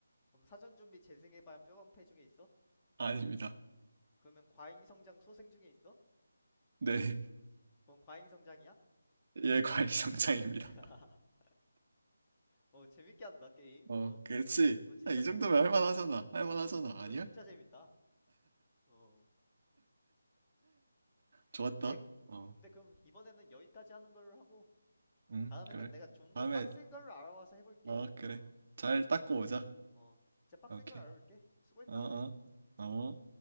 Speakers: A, on the left; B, on the right.
A: 그럼 사전 준비 재생의 반 뼈방패 중에 있어?
B: <laughs> 아닙니다.
A: 그러면 과잉 성장 소생 중에 있어?
B: 네,
A: 그럼 과잉 성장이야?
B: 예, 과일성장입니다.
A: <laughs> 어, 재밌게 한다, 게임,
B: 어,
A: 너.
B: 그렇지.
A: 어, 너 진짜
B: 아, 이
A: 재밌게
B: 정도면
A: 한다.
B: 할만하잖아. 할만하잖아.
A: 어, 너,
B: 아니야?
A: 너 진짜 재밌다. 어,
B: 좋았다.
A: 오케이.
B: 어,
A: 근데 그럼 이번에는 여기까지 하는 걸로 하고,
B: 응,
A: 다음에는
B: 그래.
A: 내가 좀
B: 다음에,
A: 더 빡센 걸로 알아와서 해볼게.
B: 어, 그래.
A: 어,
B: 잘 닦고 오자.
A: 어, 진짜 빡센
B: 오케이.
A: 걸 알아볼게. 수고했다.
B: 어, 어, 어.